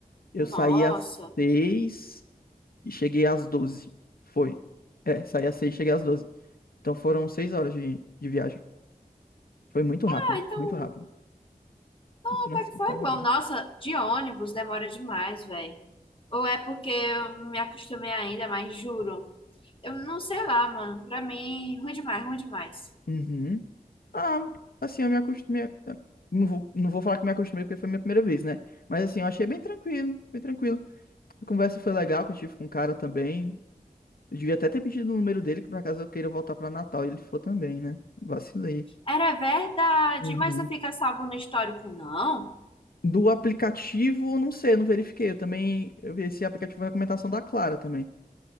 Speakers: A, on the left (about 80°); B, on the left (about 35°).
A: Eu
B: Nossa.
A: saí às 6 e cheguei às 12. Foi. É, saí às 6, e cheguei às 12. Então foram 6 horas de, de viagem. Foi muito
B: Ah,
A: rápido,
B: então,
A: muito rápido.
B: então
A: O trânsito
B: até que foi
A: tava
B: bom.
A: bom.
B: Nossa, de ônibus demora demais, velho. Ou é porque eu não me acostumei ainda, mas juro. Eu não sei lá, mano. Pra mim, ruim demais, ruim demais.
A: Uhum. Ah, assim, eu me acostumei. eh, Não vou, não vou falar que me acostumei porque foi minha primeira vez, né? Mas assim, eu achei bem tranquilo, bem tranquilo. A conversa foi legal que eu tive com o cara também. Eu devia até ter pedido o número dele, que por acaso eu queira voltar pra Natal e ele for também, né? Vacilei.
B: Era verdade,
A: Uhum.
B: mas não fica salvo no histórico, não?
A: Do aplicativo, não sei, eu não verifiquei. Eu também, eu vi esse aplicativo foi recomendação da Clara também.